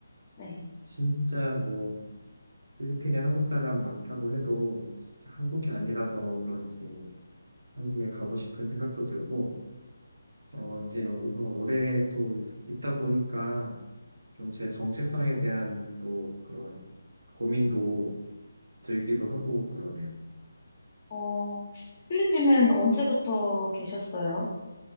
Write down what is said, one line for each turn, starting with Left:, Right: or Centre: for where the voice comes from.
Left: 네.
Right: 진짜 뭐, 필리핀에 한국 사람 많다고 해도, 진짜 한국이 아니라서 그런지 한국에 가고 싶은 생각도 들고, 어, 이제 여기서 오래 또 있, 있다 보니까, 좀 제 정체성에 대한 또 그런 고민도 들기도 하고 그러네요.
Left: 어, 필리핀은 언제부터 계셨어요?